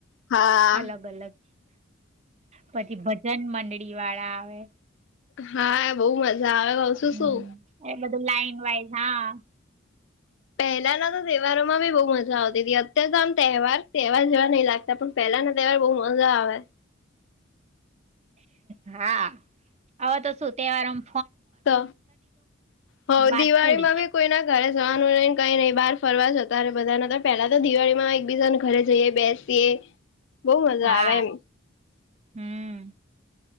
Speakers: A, on the left; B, on the right.
A: હા
B: અલગ અલગ પછી ભજન મંડળી વાળા આવે
A: હા બઉ મજા આવે કઉ
B: હમ
A: શું શું
B: એ બધું લાઈન વાઈઝ હા
A: પહેલાના તો તહેવારોમાં બી બહ મજા આવતી હતી અત્યારે તો આમ તહેવાર તહેવાર જેવા નહીિ લાગતા પણ પલા પલા ના તહેવાર બહુ મજા આવે
B: હા હવે તો શું તહેવારમ
A: તો હો
B: વાત
A: દિવાળીમાં
B: પૂરી
A: ભી કોઈ ના ઘરે જવાનું નહી કઈ નહીિ બહાર ફરવા જતા ર બધાને તો પેલા તો દિવાળી માં એકબીજાને ઘરે જઈએ બેસીયએ બહુ મજા
B: હા
A: આવે એમ
B: હમ